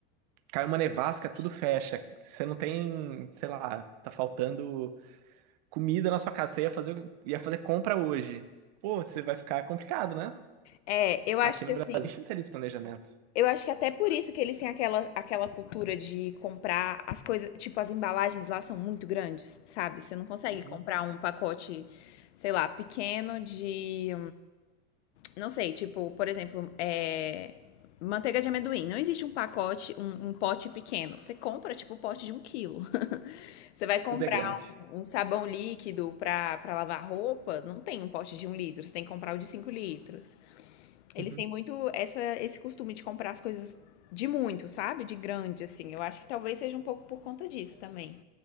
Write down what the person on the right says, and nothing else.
cai uma nevasca, tudo fecha. Você não tem, sei lá, tá faltando comida na sua casa. Você ia fazer, ia fazer compra hoje. Pô, você vai ficar complicado, né?
Aqui
no
Brasil a gente não tem esse planejamento.
Uhum.
Tudo é grande.
Uhum.